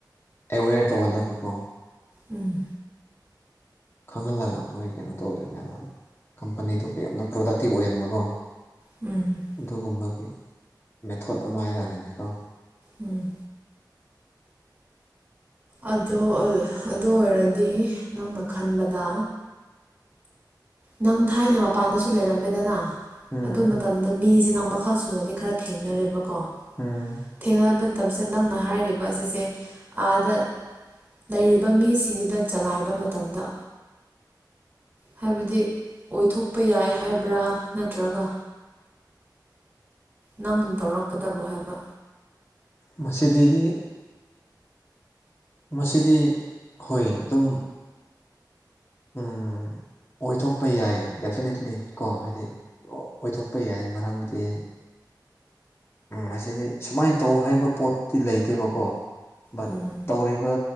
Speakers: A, on the left; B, on the right.
A: ꯑꯦꯋꯦꯔ ꯇꯧꯍꯜꯂꯒꯀꯣ
B: ꯎꯝ
A: ꯈꯪꯍꯜꯂꯒ ꯃꯣꯏ ꯀꯩꯅꯣ ꯇꯧꯗ꯭ꯣꯏꯅꯦꯕ ꯀꯝꯄꯅꯤꯗꯨꯕꯨ ꯌꯥꯝꯅ ꯄ꯭ꯔꯗꯛꯇꯤꯞ ꯑꯣꯏꯍꯟꯕꯀꯣ
B: ꯎꯝ ꯎꯝ
A: ꯑꯗꯨꯒꯨꯝꯕꯒꯤ ꯃꯦꯊꯣꯠ ꯑꯃ ꯍꯥꯏꯇꯥꯔꯦꯅꯦꯀꯣ
B: ꯎꯝ ꯑꯗꯨ ꯑꯣꯏꯔꯗꯤ ꯅꯪꯅ ꯈꯟꯕꯗ ꯅꯪ ꯊꯥꯏꯅ ꯃꯄꯥꯟꯗꯁꯨ ꯂꯩꯔꯝꯃꯦꯗꯅ
A: ꯎꯝ
B: ꯑꯗꯨ ꯃꯇꯝꯗ ꯃꯤꯁ ꯁꯤ ꯅꯪ ꯃꯈꯜ ꯁꯨꯅꯗꯤ ꯈꯔ ꯊꯦꯡꯅꯔꯦꯕꯀꯣ
A: ꯎꯝ
B: ꯊꯦꯡ ꯃꯇꯝꯁꯦ ꯅꯪꯅ ꯍꯥꯏꯔꯤꯕ ꯑꯁꯤꯁꯦ ꯑꯥꯗ ꯂꯩꯔꯤꯕ ꯃꯤꯁꯤꯡꯗꯨꯗ ꯆꯂꯥꯏꯕ ꯃꯇꯝꯗ ꯍꯥꯏꯕꯗꯤ ꯑꯣꯏꯊꯣꯛꯄ ꯌꯥꯏ ꯍꯥꯏꯕ꯭ꯔꯥ ꯅꯠꯇ꯭ꯔꯒ ꯅꯪ ꯇꯧꯔꯛꯀꯗꯕꯣ ꯍꯥꯏꯕ
A: ꯃꯁꯤꯗꯤ ꯃꯁꯤꯗꯤ ꯍꯣꯏ ꯑꯗꯨꯝ ꯎꯝ ꯑꯣꯏꯊꯣꯛꯄ ꯌꯥꯏ ꯗꯦꯐꯤꯅꯦꯠꯂꯤ ꯀꯣ ꯍꯥꯏꯗꯤ ꯑꯣꯏꯊꯣꯛꯄ ꯌꯥꯏ ꯃꯔꯝꯗꯤ ꯃꯁꯤꯗꯤ ꯁꯨꯃꯥꯏꯅ ꯇꯧ ꯍꯥꯏꯕ ꯄꯣꯠꯇꯤ ꯂꯩꯇꯦꯕꯀꯣ ꯕꯠ
B: ꯎꯝ
A: ꯇꯧꯔꯤꯕ